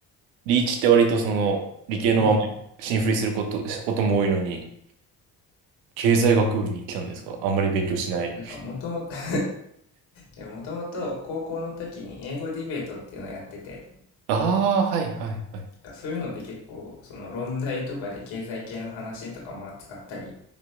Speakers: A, on the right (about 80°); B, on the left (about 65°).
A: リーチって割とその理系のまま進振りすること、
B: うん。
A: ことも多いのに、経済学部に来たんですかあんまり勉強しない。
B: なんかもともと <laughs> いや、もともと高校の時に英語ディベートっていうのをやってて、
A: ああ、はいはいはい。
B: そういうので結構、その論題とかで経済系の話とかも扱ったり